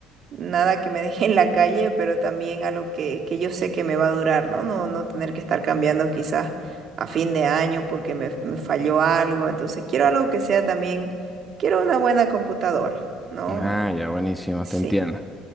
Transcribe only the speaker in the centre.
Ah, ya, buenísimo,
te entiendo.